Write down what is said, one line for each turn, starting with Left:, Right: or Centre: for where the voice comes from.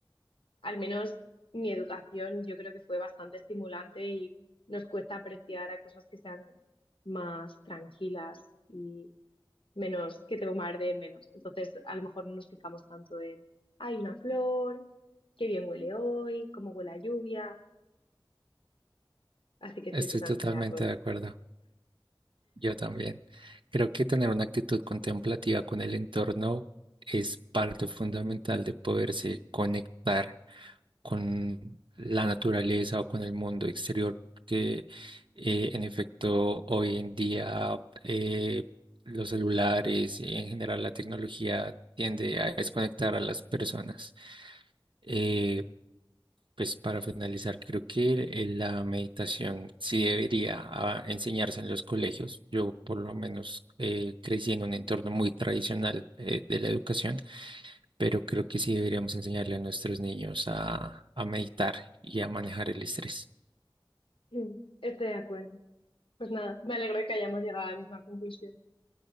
Left: al menos mi educación yo creo que fue bastante estimulante y nos cuesta apreciar a cosas que sean más tranquilas y menos, que te bombarden menos. Entonces, a lo mejor no nos fijamos tanto en, hay una flor, qué bien huele hoy, cómo huele la lluvia, así que estoy
Right: Estoy
Left: totalmente
Right: totalmente
Left: de acuerdo.
Right: de acuerdo, yo también. Creo que tener una actitud contemplativa con el entorno es parte fundamental de poderse conectar con la naturaleza o con el mundo exterior, porque eh, en efecto hoy en día eh, los celulares y en general la tecnología tiende a desconectar a las personas. Eh, pues para finalizar, creo que eh, la meditación sí debería ah, enseñarse en los colegios. Yo por lo menos eh, crecí en un entorno muy tradicional eh, de la educación pero creo que sí deberíamos enseñarle a nuestros niños a, a meditar y a manejar el estrés.
Left: Mm, Estoy de acuerdo. Pues nada, me alegro de que hayamos llegado a la misma conclusión.